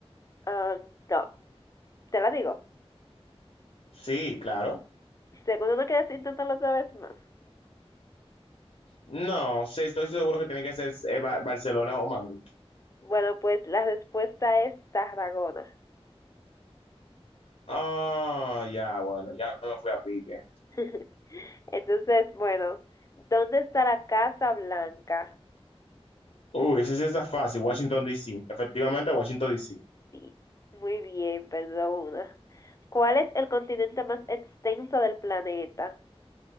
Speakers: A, on the left; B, on the left.
A: Ah, no, te la digo.
B: Sí, claro.
A: Seguro no quieres intentarlo otra vez más.
B: No, sí, estoy seguro que tiene que ser eh, Ba- Barcelona o Madrid.
A: Bueno, pues la respuesta es Tarragona.
B: Ah, ya, bueno, ya me fui a pique.
A: <laughs> Entonces, bueno, ¿dónde está la Casa Blanca?
B: Uy, esa sí está fácil. Washington, D.C. Efectivamente, Washington, D.C.
A: Sí, muy bien, perdona. ¿Cuál es el continente más extenso del planeta?